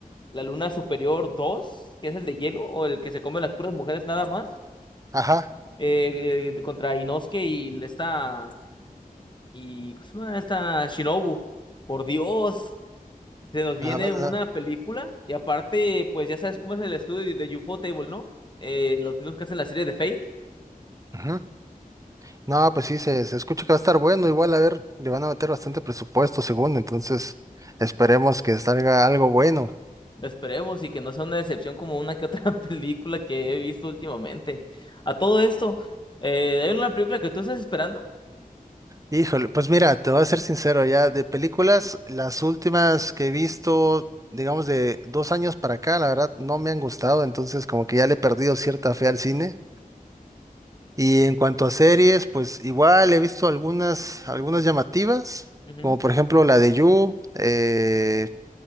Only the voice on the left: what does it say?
la Luna Superior 2 que es el de hielo o el que se come las puras mujeres nada más,
eh, eh, contra Inosuke y esta y ¿cómo se llama? esta Shinobu. Por Dios se nos viene
una película y aparte, pues ya sabes cómo es el estudio de UFO Table, ¿no? Eh, los mismos que hacen la serie de Fate.
Esperemos y que no sea una decepción como una que otra <laughs> película que he visto últimamente. A todo esto, eh, hay una película que tú estás esperando.
Ujú.